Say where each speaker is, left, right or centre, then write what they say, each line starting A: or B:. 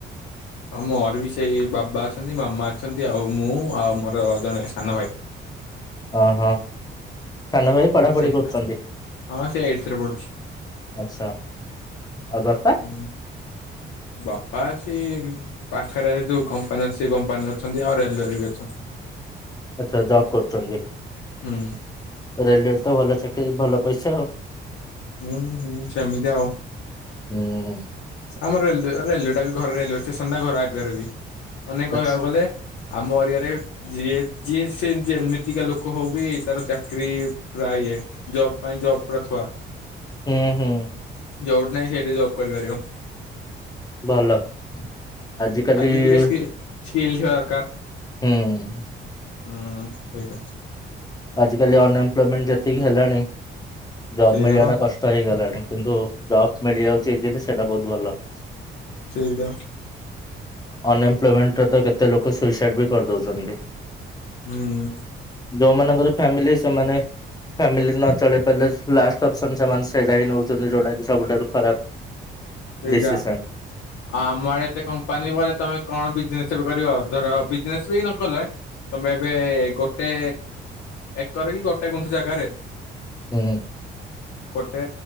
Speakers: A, on the left; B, on the left.
A: ହଁ ମୋରବି ସେଇ ବାବା ଅଛନ୍ତି ମାମା ଅଛନ୍ତି ଆଉ ମୁଁ ଆଉ ମୋର ଜଣେ ସାନ ଭାଇ।
B: ଅ ହଁ ସାନ ଭାଇ ପଢାପଢି
A: ସେ
B: କରୁଚନ୍ତି,
A: ହଁ ସେ ଏଇଟଥରେ ପଢୁଛି
B: ଆଚ୍ଛା। ଆଉ ବାପା
A: ହୁଁ ବାପା ଅଛି ପାଖରେ ଯୋଉ କମ୍ପାନୀ ଅଛି ସେ କମ୍ପାନୀ ଅଛନ୍ତି ଆଉ ରେଲୱରେ ବି ଅଛନ୍ତି।
B: ଆଚ୍ଛା ଜବ୍ କରୁଚନ୍ତି,
A: ହୁଁ
B: ରେଲୱରେ ତ ଭଲ ଚାକିରି ଭଲ ପଇସା ଆଉ।
A: ହୁଁ-ହୁଁ- ସେମିତି ଆଉ।
B: ହୁଁ
A: ଆମର ରେଲୱେ ଟା ବି ଘରେ ରେଲୱେ ଷ୍ଟେସନ ଟା ଘର ଆଗରେ ବି। ମାନେ କହିବାକୁ
B: ଆଛା
A: ଗଲେ ଆମ ଏରିଆରେ ଯିଏ ଯିଏ ସେ ଯେମିତିକା ଲୋକ ହଉ ବି ତାର ଚାକିରୀ ପ୍ରାୟେ ଇଏ। ଜବ୍ ପାଇଁ ଜବ୍ ପୁରା ଥୁଆ।
B: ଉଁ-ହୁଁ
A: ଯୋଉଠି ନାଇଁ ସେଇଠି ଜବ୍ କରିପାରିବ।
B: ଭଲ। ଆଜିକାଲି
A: ଖାଲି ଟିକେ ସ୍କିଲ୍ ସ୍କିଲ୍ ଥିବା ଦରକାର।
B: ହୁଁ
A: ହୁଁ- ସେଇଟା।
B: ଆଜିକାଲି ଅନଏମ୍ପ୍ଲୟମେଣ୍ଟ ଯେତିକି ହେଲାଣି ଜବ୍
A: ସେଇଟା
B: ମିଳିବା
A: ବା
B: ଟା କଷ୍ଟ୍। ତ ହେଇଗଲାଣି କିନ୍ତୁ ଜବ୍ ମିଳିଯାଉଚି ଇଯିଲି ସେଇଟା ବହୁତ୍ ଭଲ।
A: ସେଇଟା।
B: ଅନଏମ୍ପ୍ଲୟମେଣ୍ଟରେ ତ କେତେ ଲୋକ ସୁଇସାଇଡ ବି କରିଦଉଚନ୍ତି।
A: ହୁଁ।
B: ଯୋଉମାନଙ୍କର ଫ୍ୟାମିଲି ସେମାନେ ଫ୍ୟାମିଲି ନ ଚଳେଇ ପାରିଲେ ଲାଷ୍ଟ ଅପସନ ସେମାନେ ସେଇଟା ହିଁ ନଉଚନ୍ତି ଯଉଟା କି ସବୁଠାରୁ ଖରାପ
A: ସେଇଟା।
B: ଡିସିସନ।
A: ଆ ଆମର ଏତେ କମ୍ପାନୀ ବଲେ ତମେ କଣ ବିଜନେସ ଏବେ କରିବ ଧର ବିଜନେସ ବି ନ କଲେ ତମେ ଏବେ ଗୋଟେ ଏକର କି ଗୋଟେ ଗୁଁଠୁ ଜାଗାରେ
B: ହୁଁ।
A: ଗୋଟେ